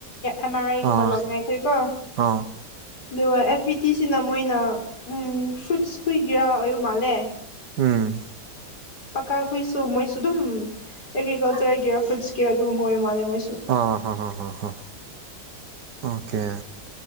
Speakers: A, on the left; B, on the right.
A: ꯑꯃꯥ <inaudible> ꯑꯥꯏꯒꯨꯝꯕꯜ
B: ꯑꯥ
A: ꯂꯅꯥꯏ ꯈꯣꯏꯀꯣ
B: ꯑꯥ
A: ꯑꯗꯨꯒ ꯑꯦꯐ ꯏ ꯇꯤꯁꯤꯅ ꯃꯣꯏꯅ ꯐ꯭ꯔꯨꯠꯁ ꯀꯨꯏꯒꯤꯔꯥ ꯑꯣꯏꯕ ꯃꯥꯜꯂꯦ
B: ꯎꯝ
A: ꯄꯥꯀꯥ ꯍꯨꯏꯁꯨ ꯃꯣꯏꯁꯨ ꯑꯗꯨꯝ ꯑꯦꯒ꯭ꯔꯤꯀꯜꯆꯔꯒꯤꯔꯥ ꯐꯨꯗꯁꯀꯤꯔꯥ ꯑꯗꯨꯒꯨꯝ ꯑꯣꯏꯕ ꯃꯥꯜꯂꯦ ꯃꯣꯏꯁꯨ
B: ꯍ ꯍꯣꯏ ꯍ ꯍ ꯍ ꯑꯣꯀꯦ